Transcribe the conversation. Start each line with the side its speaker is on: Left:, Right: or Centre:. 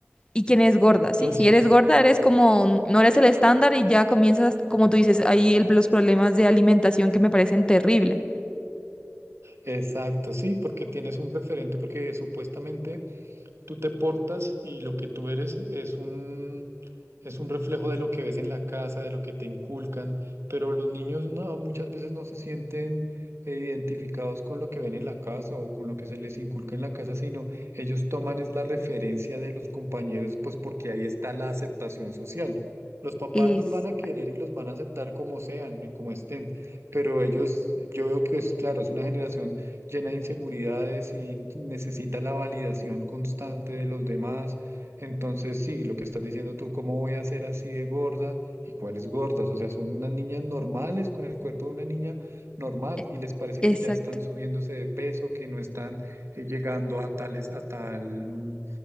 Left: y quién es gorda, ¿sí?
Right: uy,
Left: Si
Right: sí.
Left: eres gorda, eres como, no eres el estándar y ya comienzas, como tú dices, ahí el- los problemas de alimentación que me parecen terrible.
Right: exacto, sí, porque tienes un referente, porque supuestamente tú te portas y lo que tú eres es un, es un reflejo de lo que ves en la casa, de lo que te inculcan, pero los niños no- muchas veces no se sienten eh, identificados con lo que ven en la casa o con lo que se les inculca en la casa, sino ellos toman es la referencia de los compañeros, pues porque ahí está la aceptación social. Los papás
Left: Es,
Right: los van a querer y los van a aceptar como sean y como estén, pero ellos, yo veo que es claro, es una generación llena de inseguridades y necesita la validación constante de los demás. Entonces, sí, lo que estás diciendo tú, ¿cómo voy a ser así de gorda? ¿Y cuáles gordas? O sea, son unas niñas normales con el cuerpo de una niña normal
Left: e-
Right: y les parece
Left: exacto,
Right: que ya están subiéndose de peso, que no están eh, llegando a tales, a tal